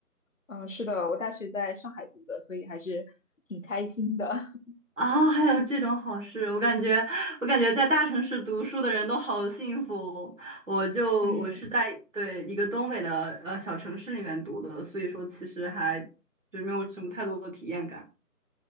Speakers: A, on the left (about 55°); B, on the right (about 50°).
A: 嗯，是的，我大学在上海读的，所以还是挺开心的。<laughs>
B: 啊，还有这种好事，我感觉我感觉在大城市读书的人都好幸福。我就我是在对一个东北的呃小城市里面读的，
A: 嗯
B: 所以说其实还就是没有什么太多的体验感。